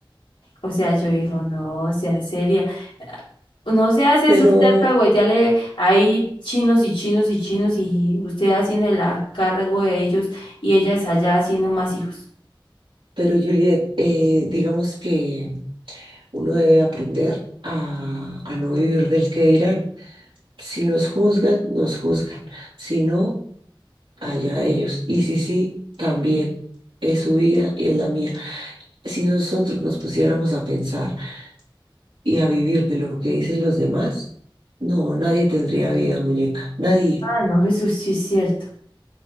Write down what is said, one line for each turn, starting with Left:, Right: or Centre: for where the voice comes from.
Left: O sea, yo digo, no, sea seria. No se hace
Right: Pero,
Left: eso usted alcahuetearle ahí chinos y chinos y chinos y usted haciendo el a- cargo de ellos y ellas allá haciendo más hijos.
Right: pero Juliet, eh, digamos que... Uno debe aprender a, a no vivir del que dirán. Si nos juzgan, nos juzgan. Si no, allá ellos. Y si sí, también. Es su vida y es la mía. Si nosotros nos pusiéramos a pensar y a vivir de lo que dicen los demás, no, nadie tendría vida, muñeca. Nadie.
Left: Ah, no, eso sí es cierto.